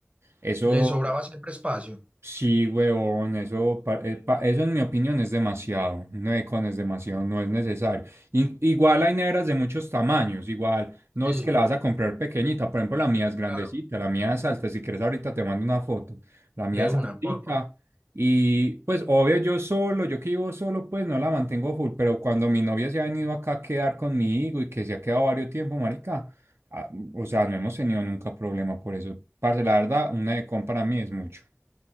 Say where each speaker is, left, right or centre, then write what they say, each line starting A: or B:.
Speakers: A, on the right; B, on the right.
A: Eso,
B: Le sobraba siempre espacio.
A: Sí, huevón, eso, pa- eh, pa- eso en mi opinión es demasiado, no es con es demasiado, no es necesario. In- igual hay neveras de muchos tamaños, igual no
B: Sí,
A: es que la vas a comprar pequeñita, por ejemplo la mía es grandecita,
B: claro.
A: la mía es alta, si quieres ahorita te mando una foto, la mía
B: De
A: es
B: una,
A: altica
B: porfa.
A: y pues obvio yo solo, yo que vivo solo pues no la mantengo full, pero cuando mi novia se ha venido acá a quedar conmigo y que se ha quedado varios tiempo, marica, ah, o sea, no hemos tenido nunca problema por eso. Parce, la verdad, una de para mí es mucho.